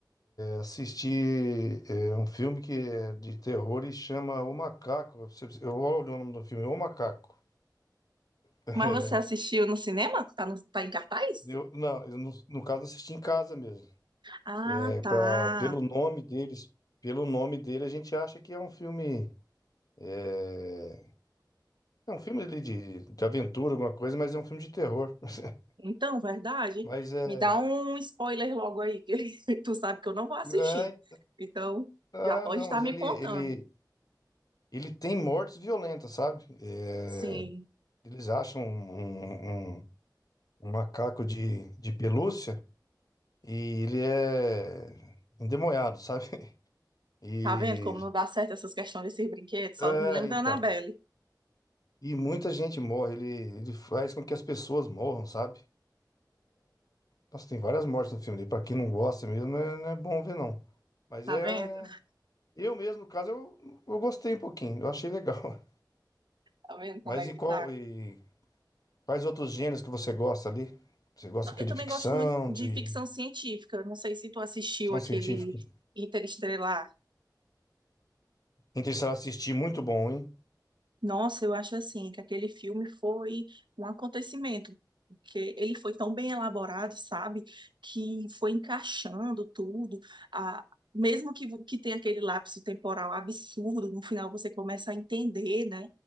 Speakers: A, on the left; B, on the right.
A: Assisti é, um filme que é de terror e chama O Macaco. Eu vou olhar o nome do filme, O Macaco. <laughs>
B: Mas você assistiu no cinema? Tá, no, tá em cartaz?
A: É, eu- não, eu no, no caso assisti em casa mesmo.
B: Ah,
A: É,
B: tá.
A: pra, pelo nome deles, pelo nome dele a gente acha que é um filme é, é um filme ali de, de aventura, alguma coisa, mas é um filme de terror. <laughs>
B: Então, verdade.
A: Mas é,
B: Me dá um spoiler logo aí, que <laughs> tu sabe que eu não vou assistir.
A: é
B: Então,
A: ah,
B: já pode
A: não,
B: estar
A: mas
B: me
A: ele
B: contando.
A: ele ele tem mortes violentas, sabe? É,
B: Sim.
A: eles acham um, um- um um macaco de, de pelúcia e ele é endemoniado, sabe? <laughs> E
B: Tá vendo como não dá certo essas questões desses brinquedos? Só
A: é,
B: me lembra
A: então,
B: da Annabelle.
A: e muita gente morre, ele, ele faz com que as pessoas morram, sabe? Nossa, tem várias mortes no filme, e pra quem não gosta mesmo, não é, não é bom ver não. Mas
B: Tá
A: é
B: vendo?
A: eu mesmo, no caso, eu, eu gostei um pouquinho, eu achei legal. <laughs>
B: Tá vendo como
A: Mas
B: é
A: e
B: que
A: qual
B: tá?
A: e quais outros gêneros que você gosta ali? Você gosta
B: Não,
A: o
B: Eu
A: quê? De
B: também
A: ficção,
B: gosto muito de
A: de
B: ficção científica. Não sei se tu assistiu
A: ficção
B: aquele
A: científica?
B: Interestelar.
A: Interestelar assisti, muito bom, hein?
B: Nossa, eu acho assim que aquele filme foi um acontecimento, porque ele foi tão bem elaborado, sabe, que foi encaixando tudo. A, mesmo que, que tenha aquele lapso temporal absurdo, no final você começa a entender, né,